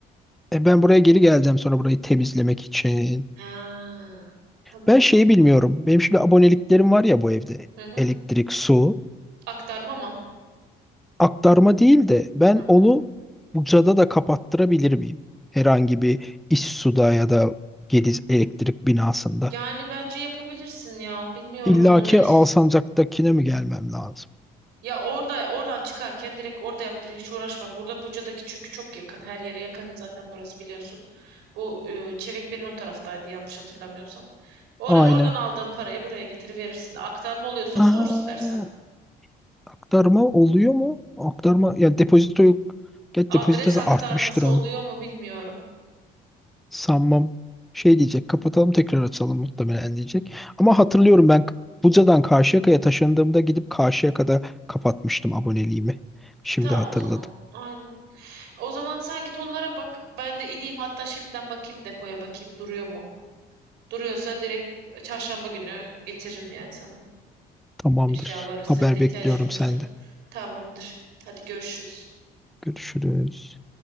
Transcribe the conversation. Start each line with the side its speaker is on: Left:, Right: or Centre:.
Centre: E ben buraya geri geleceğim sonra burayı temizlemek için.
Right: Ha. Tamam.
Centre: Ben şeyi bilmiyorum. Benim şimdi aboneliklerim var ya bu evde.
Right: Hı hı.
Centre: Elektrik, su.
Right: Aktarma mı?
Centre: aktarma değil de ben
Right: Hı.
Centre: onu Buca'da da kapattırabilir miyim? Herhangi bir İssu'da ya da Gediz elektrik binasında.
Right: Yani bence yapabilirsin ya. Bilmiyorum
Centre: İlla
Right: onu
Centre: ki
Right: net.
Centre: Alsancak'takine mi gelmem lazım?
Right: Ya orada oradan çıkarken direkt orada yaptır hiç uğraşma. Burada Buca'daki çünkü çok yakın. Her yere yakın zaten burası biliyorsun. Bu e, Çevikbir'in o taraftaydı yanlış hatırlamıyorsam. Ora,
Centre: Aynen.
Right: oradan aldığın parayı buraya getiriverirsin. Aktarma oluyorsa
Centre: Aa,
Right: sor istersen.
Centre: aktarma oluyor mu? Aktarma ya depozito yok. Get
Right: Adres
Centre: depozitosu
Right: aktarması
Centre: artmıştır onun.
Right: oluyor mu bilmiyorum.
Centre: Sanmam. Şey diyecek kapatalım tekrar açalım muhtemelen diyecek. Ama hatırlıyorum ben Buca'dan Karşıyaka'ya taşındığımda gidip Karşıyaka'da kapatmıştım aboneliğimi. Şimdi
Right: Tamam
Centre: hatırladım.
Right: o zaman. Aynen. O zaman sen git onlara bak. Ben de ineyim hatta şimdiden bakayım depoya bakayım duruyor mu? Duruyorsa direkt çarşamba günü getiririm yani sana.
Centre: Tamamdır.
Right: eşyaları senin
Centre: Haber
Right: de ihtiyacın
Centre: bekliyorum
Right: olursa.
Centre: senden.
Right: Tamamdır. Hadi görüşürüz.
Centre: Görüşürüz.